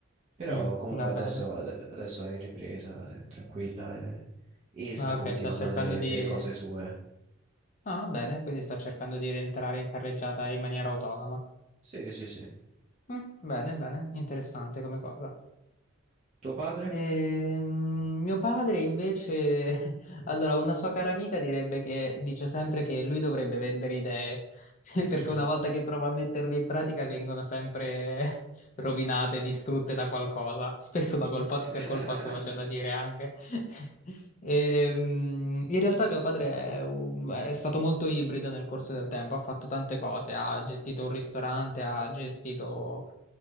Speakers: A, on the right (about 35°); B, on the left (about 40°).
A: però
B: Mm,
A: comunque
B: va bene.
A: adesso, ad- adesso è in ripresa, è tranquilla e, e sta
B: Ah, ok,
A: coltivando
B: sto cercando
A: delle,
B: di...
A: delle cose sue.
B: Ah, bene, quindi sto cercando di rientrare in carreggiata in maniera autonoma.
A: Sì, sì, sì.
B: Mm, bene, bene, interessante come cosa.
A: Tuo padre?
B: Ehm, mio padre invece, <laughs> allora, una sua cara amica direbbe che dice sempre che lui dovrebbe vendere idee, <laughs> perché
A: Mhm.
B: una volta che prova a metterle in pratica vengono sempre <laughs> rovinate, distrutte da qualcosa, spesso da
A: <laughs>
B: colpa- per colpa sua, c'è da dire anche. <laughs> Ehm, in realtà mio padre è, un- è stato molto ibrido nel corso del tempo, ha fatto tante cose, ha gestito un ristorante, ha gestito